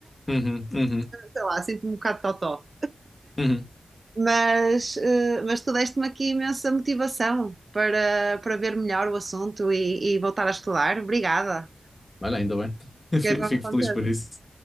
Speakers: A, on the left; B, on the right.
A: Uhum, uhum,
B: Sei lá, sinto-me um bocado totó.
A: uhum.
B: Mas, eh, mas tu deste-me aqui imensa motivação para, para ver melhor o assunto e, e voltar a estudar. Obrigada.
A: Olha, ainda bem. <laughs>
B: Fiquei
A: Fi-
B: bem
A: Fico
B: contente.
A: feliz por isso.